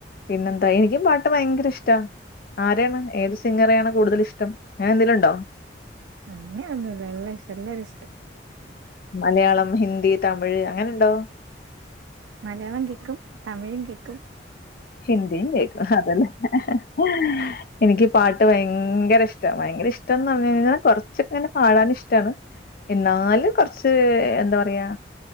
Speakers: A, on the left (about 50°); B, on the right (about 85°).
A: പിന്നെന്താ എനിക്കും പാട്ട് ഭയങ്കര ഇഷ്ടാ ആരെയാണ് ഏത് സിംഗറെ യാണ് കൂടുതൽ ഇഷ്ടം അങ്ങനെ എന്തേലും ഉണ്ടോ
B: അങ്ങനൊന്നുല്ല എല്ലാ ഇഷ്ടം എല്ലാരും ഇഷ്ടം
A: മലയാളം ഹിന്ദി തമിഴ് അങ്ങനുണ്ടോ
B: മലയാളം കേക്കും തമിഴും കേക്കും
A: ഹിന്ദീം കേക്കും ഹ അതന്ന ഹ ഹ ഹാ എനിക്ക് പാട്ട് ഭയങ്കര ഇഷ്ടാ ഭയങ്കര ഇഷ്ടംന്ന് പറഞ്ഞഴിഞ്ഞാൽ കുറച്ചൊക്കങ്ങനെ പാടൻ ഇഷ്ടാണ് എന്നാല് കൊറച്ച് എ എന്താ പറയാ